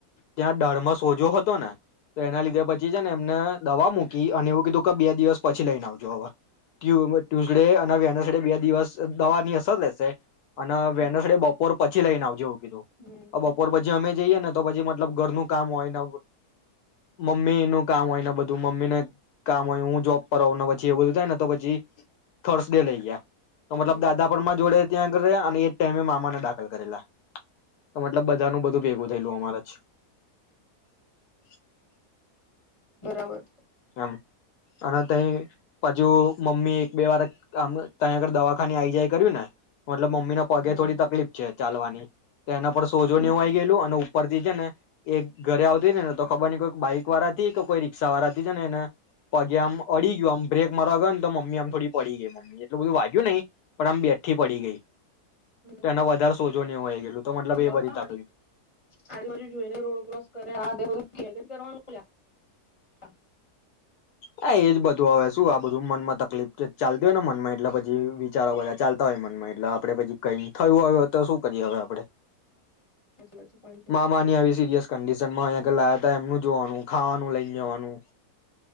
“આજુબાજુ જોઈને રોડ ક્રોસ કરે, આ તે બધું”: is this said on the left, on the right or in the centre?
Left